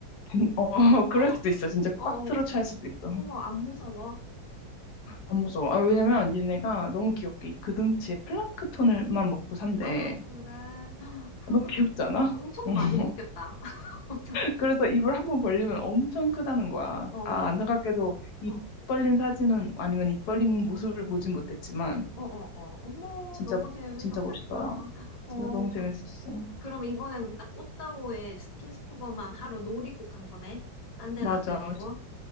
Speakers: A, on the left; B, on the left.
A: 진- 어, <laughs> 그럴
B: 어
A: 수도 있어. 진짜
B: 어
A: 꽉
B: 어,
A: 틀어 찰 수도 있어.
B: 어. 머 안 무서워?
A: 안 무서워. 아, 왜냐면 얘네가
B: 음,
A: 너무 귀엽게 이 그등치에 플랑크톤을만 먹고 산대.
B: 아 그래 <gasps> 프랑크도
A: 너무 귀엽지
B: 음,
A: 않아?
B: 엄청
A: <laughs>
B: 많이 먹겠다 <laughs> 엄청
A: 그래서 입을 한번 벌리면 엄청 크다는 거야.
B: 어머머머
A: 아, 안타깝게도 입
B: 어어어어
A: 벌린 사진은 아니면 입 벌린 모습을 보진 못했지만
B: 어, 머
A: 진짜
B: 너무 재밌었겠다
A: 진짜 멋있더라.
B: <gasps> 어
A: 진짜 너무
B: 그,
A: 재밌었어.
B: 그럼 이번에는 딱 꽃다오의 스킨스쿠버만 하루 놀이국 간 거네 딴 데는
A: 맞아.
B: 안 들리고